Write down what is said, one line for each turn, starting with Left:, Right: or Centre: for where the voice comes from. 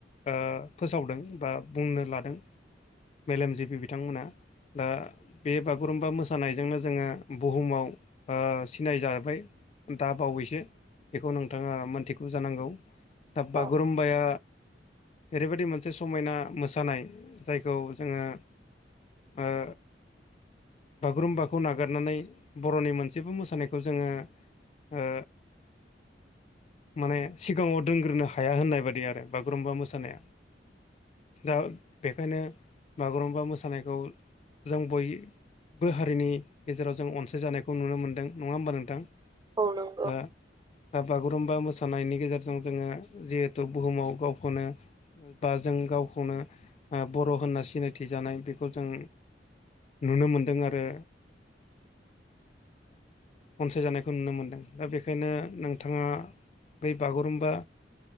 Left: ओ फोसावदों बा बुंनो लादों मेलेमजिबि बिथांमोना दा बे बागुरुम्बा मोसानायजोंनो जोङो बुहुमाव ओ सिनाय जाबाय दा बावैसो बेखौ नोंथाङा मोनथिगौ जानांगौ दा बागुरुम्बाया
Right: औ
Left: ओरैबायदि मोनसे समायना मोसानाय जायखौ जोङो ओ बागुरुम्बाखौ नागारनानै बर'नि मोनसेबो मोसानायखौ जोङो
Right: <inaudible>
Left: ओ माने सिगाङाव दोनग्रोनो हाया होननाय बादि आरो बागुरुम्बा मोसानाया दा बेखायनो बागुरुम्बा मोसानायखौ जों बय बो हारिनि गेजेराव जों अनसायजानायखौ नुनो मोनदों नङा होमबा नोंथां
Right: औ नंगौ
Left: दा दा बागुरुम्बा मोसानायनि गेजेरजों जोङो जिहेथु बुहुमाव गावखौनो बा जों गावखौनो ओ बर' होनना सिनायथिजानाय बेखौ जों नुनो मोनदों आरो अनसायजानायखौ नुनो मोनदों दा बेखायनो नोंथाङा बै बागुरुम्बा